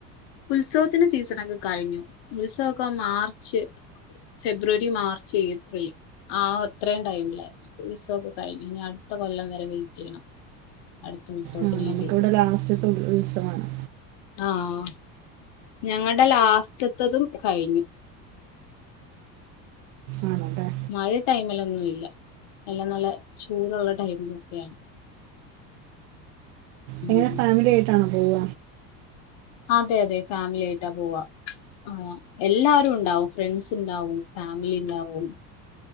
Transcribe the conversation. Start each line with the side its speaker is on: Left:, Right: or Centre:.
Left: ഉത്സവത്തിന്റെ സീസണാക്കെ കഴിഞ്ഞു. ഉത്സവമൊക്കെ മാർച്ച് ഫെബ്രുവരി, മാർച്ച് ഏപ്രിൽ ആഹ്, അത്രയും ടൈമിലായിരുന്നു. ഉത്സവമൊക്കെ കഴിഞ്ഞു. ഇനിയടുത്ത കൊല്ലം വരെ വെയിറ്റു ചെയ്യണം. അടുത്ത ഉത്സവത്തിന്
Right: ആ
Left: വേണ്ടിയിട്ട്
Right: നമുക്കിവിടെ ലാസ്റ്റത്തെ ഉത്സവമാണ്.
Left: ആഹ്, ഞങ്ങളുടെ ലാസ്റ്റത്തതും കഴിഞ്ഞു.
Right: ആണല്ലേ?
Left: മഴ ടൈമിലൊന്നുമില്ല, എല്ലാം നല്ല ചൂടുള്ള ടൈമിലൊക്കെയാണ്.
Right: എങ്ങനെ,
Left: ഉം
Right: ഫാമിലിയായിട്ടാണോ പോവ
Left: അതെ, അതെ ഫാമിലിയായിട്ടാ പോവാ. ആഹ്, എല്ലാരുണ്ടാവും. ഫ്രണ്ട്സുണ്ടാവും. ഫാമിലി ണ്ടാവും.